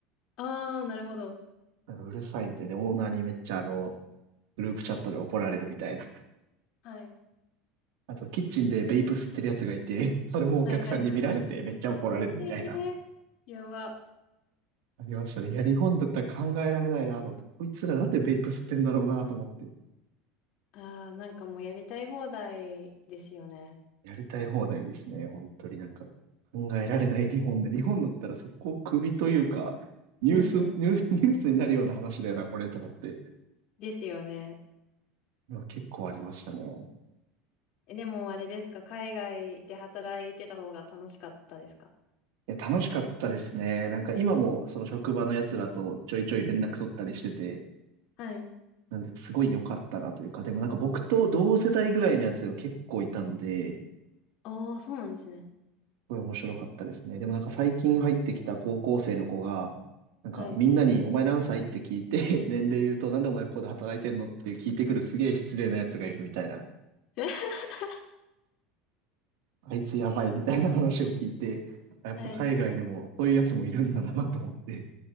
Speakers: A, on the left; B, on the right.
A: あー、なるほど。
B: <laughs> なんかうるさいみたいで、オーナーにめっちゃあの、グループチャットで怒られるみたいな。
A: はい。
B: あと、キッチンでベイプ吸ってるやつがいて、それもお客さんに見られてめっちゃ怒られるみたいな。
A: はいはいはい。えー、やば。
B: ありましたね。いや、日本だったら考えられないなと思って、こいつらなんでベイプ吸ってんだろうなと思って、
A: あー、なんかもうやりたい放題ですよね。
B: やりたい放題ですね。本当になんか、考えられない日本で。日本だったらそこを首というか、ニュース、
A: うんうん。
B: ニュース、ニュースになるような話だよな、これと思って。
A: ですよね。
B: いや結構ありましたね。
A: え、でもあれですか、海外で働いてた方が楽しかったですか
B: いや、楽しかったですね。なんか今もその職場の奴らとちょいちょい連絡取ったりしてて、
A: はい。
B: なんで、すごい良かったなというか、でもなんか僕と同世代ぐらいのやつが結構いたんで、
A: ああ、そうなんですね。
B: ごい面白かったですね。でもなんか最近入ってきた高校生の子が、なんかみんなにお前何歳って聞いて、
A: はい。
B: <laughs> 年齢言うとなんでお前ここで働いてんのって聞いてくるすげえ失礼なやつがいるみたいな。
A: <laughs>
B: あいつやばいみたいな話を聞いて、やっぱ海外でもそういうやつもいるんだなと思って。
A: はい。